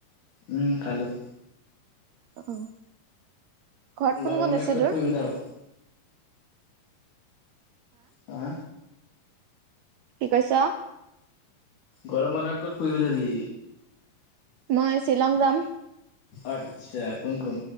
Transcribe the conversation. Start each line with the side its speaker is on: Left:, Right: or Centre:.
Left: উম, খালোঁ।
Right: অ' ঘৰত
Left: গৰম
Right: কোন-কোন
Left: বন্ধত
Right: আছে
Left: ক'ত
Right: তোৰ?
Left: ফুৰিব যাওঁ? হা,
Right: কি কৈছ?
Left: গৰম বন্ধত ক'ত ফুৰিব যাবি?
Right: মই শ্বিলং যাম।
Left: আচ্ছা, কোন-কোন?